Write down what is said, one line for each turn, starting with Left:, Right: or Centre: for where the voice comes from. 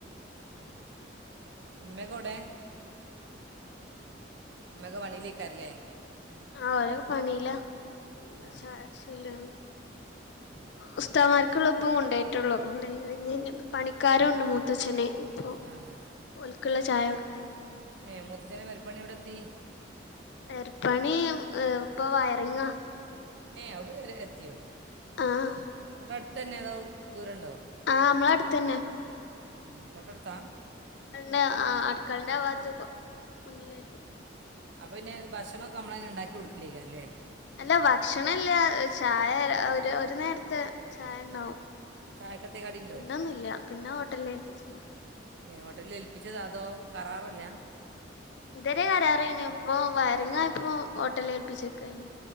Right: ഉം ഇമ്മെകൗടെ ഇമ്മോക പണീലേക്കാരലേ
Left: ആ ഒരൊക്കെ പണില പിന്നെ
Right: ആ
Left: ചായടിച്ചീല
Right: ആ
Left: ഉസ്തമാര് കൾ ഇപ്പ കൊണ്ടോയിട്ടുള്ളു <unintelligible> ഇനി ഇനി ഇപ്പ പണിക്കാരുണ്ട് മൂത്തച്ഛനെ ഇപ്പൊ
Right: ആഹ്
Left: ഒലക്കുള്ള ചായ കൊടുക്കണ്ട്
Right: ഏഹ് മുത്തച്ചേന്റെ പെരപ്പണി എവിടെ എത്തി
Left: പെരിപ്പണി ഏ ഇപ്പൊ വയറിങ്ങ
Right: ഏയ് അവിടെ വരെ എത്തിയോ
Left: ആഹ്
Right: അടെ അടുത്തന്നെ അതോ ദൂരം ഉണ്ടോ
Left: ആഹ് നമ്മള അടുത്തന്നെ
Right: ഏഹ് തോട്ടടുത്ത
Left: അടുക്കളിന്റെ ആഹ് അടുക്കാളിന്റെ ഭാഗത്തക്ക മുന്നിലേറ്റും
Right: അപ്പൊ പിന്നെ ഭക്ഷണംക്കെ നമ്മളേന്നെ ഉണ്ടാക്കി കൊടുക്കലേക്ക അല്ലേ
Left: അല്ല ഭക്ഷണ ഇല്ല ചായ ഒരു ഒരു നേരത്ത് ചായ ഉണ്ടാവും
Right: ചായക്കത്തെ കടി ഉണ്ടോ
Left: പിന്നൊന്നുംഇല്ല പിന്നെ ഹോട്ടല് ഏൽപ്പിച്ചിനാ
Right: ഏഹ് ഹോട്ടലിൽ ഏൽപ്പിച്ചത അതോ കറാറല്ല
Left: ഇതരെ കാരാറെനി ഇപ്പൊ വയറിങ്ങയപ്പോ ഹോട്ടലീ ഏൽപ്പിച്ചക്കയ്ന്